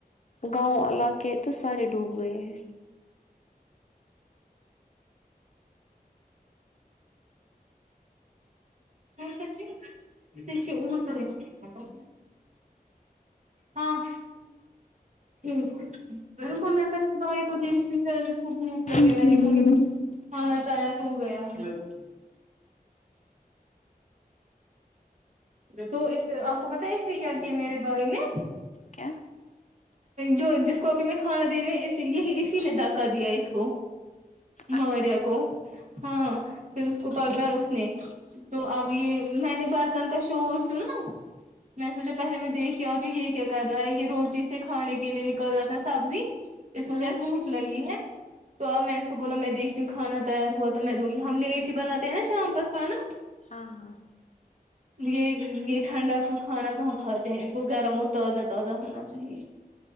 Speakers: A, on the left (about 50°); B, on the right (about 50°).
A: گاؤں علاقے تو سارے ڈوب گئے ہیں
B: <unintelligible> کونے رہ ج ہاں ٹھیک روکو میں اپنے بھائی کو دیکھنے تیری لگے
A: کیا
B: میں دیکھوں گی کھانا چاہے ہو گیا ہے تو اس آپ کو پتا ہے اس میں کیا کیا میرے بھائی نے
A: کیا
B: جو جس کو ابھی میں کھانا دے رہے اس یہی اسی نے داکا دیا اس کو ماریا
A: اچھا
B: کو ہاں پھر اس کو پکڑا اس نے تو اب یہ میں نے برتن کا شور سنا میں سوچا پہلے میں دیکھ کے آتی ہوں یہ کیا کر رہا ہے یہ روٹی سے کھانے کے لیے نکل رہا تھا سبزی اس کو
A: ہاں
B: شاید بھوک لگی ہے تو اب میں نے اس کو بولا میں دیکھتی ہوں کھانا تیار ہوا تو میں دوں گی ہم لیٹ ہی بناتے ہیں نا شام کاھانا
A: ہاں ہاں
B: یہ یہ ٹھنڈا کھانا کہاں کھاتے ہیں ان کو گرم اور تازہب تازہ ہونا چاہیے